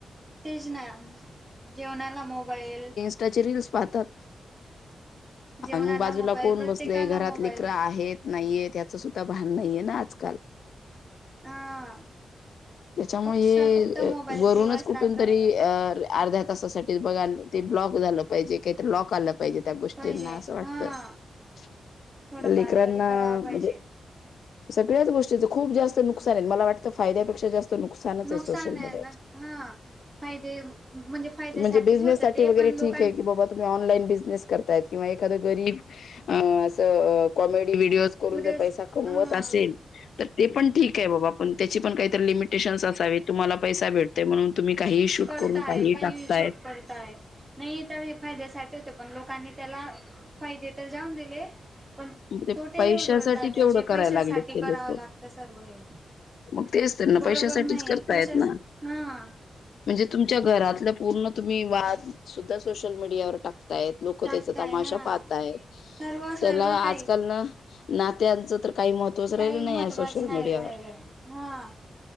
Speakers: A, on the right; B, on the left.
A: तेच ना जेवणाला मोबाईल-‍-
B: रीलस पाहतात
A: जेवणाला
B: म बाजूला
A: मोबाईल
B: कोण
A: प्रत्येकाला
B: बसलयं घरात
A: मोबाईल
B: लेकरं आहेत नाहीये त्याचं सुद्धा भान नाहीये ना आजकाल-‍-
A: हा
B: त्याच्यामुळे
A: फक्स फक्त
B: हे
A: मोबाईल
B: वरूनच
A: दिवस
B: कुठून
A: रात्र
B: तरी
A: मोबाईल
B: अ ल्या अर्ध्या तासासाठी तेचं बघायं लागलोयं ब्लॉग <inaudible> काय तरी लॉक आलं पाहिजे त्या गोष्टीना
A: पाहिजे
B: असं वाटतं
A: हा थोडंफार
B: लेकरांना
A: तरी करावा पाहिजे
B: म्हंजे स सगळ्याचं गोष्टींच खूप जास्त नुकसान आहेत मला वाटत फायदया पेक्षा जास्त नुकसानच
A: नुकसान
B: आहे सोशल
A: हाय
B: मीडियाचे.
A: ह् ना फायदे म्हणजे फायद्यासाठीचं
B: म्हणजे बिझनेससाठी
A: होत ते
B: वगैरे
A: पण लोक
B: की बाबा तु्ही आनलाईन बिझनेस करताय? किंवा एखाद गरीब असं काॅमेडी विडीओज करून
A: व्हिडिओज
B: जर पैसा मिळवतं
A: हा
B: असेल तर ते पण ठिक आहे बाबा पण काही लिमिटेशनस असावेत तुम्हाला पैसा भेटतोय म्हणून तुम्ही काहीही शूट
A: करताय
B: करून काही टाकताय
A: शूट करताय नाही तर हे फायद्यासाठी होतंय पण लोकांनी त्याला फायदे तर जाऊन दिले पण
B: मग ते
A: तोटे
B: पैशासाठी
A: जेवढे होतात
B: केवढं
A: त्याचे
B: करायला
A: पैशासाठी
B: लागलेत ते
A: करावं
B: लोक
A: लागत सर्व हे
B: मग तेचं तर ना
A: बरोबर
B: पैशासाठीच
A: नाही
B: करतायेत
A: पैशा
B: ना म्हणजे
A: हा
B: तुमच्या घरातल्या पूर्ण तुम्ही वाद सुद्धा सोशल मीडियावर टाकताय. लोक
A: टाकताय
B: त्याचा तमाशा
A: हा
B: पाहतायत
A: सर्व सर्व
B: त्याला आजकालन
A: काही
B: नात्यांच तर काही महत्वचं
A: काही
B: राहिलं नाही
A: महत्त्वाचं
B: या सोशल
A: नाही
B: मीडियावर
A: राहिलं हा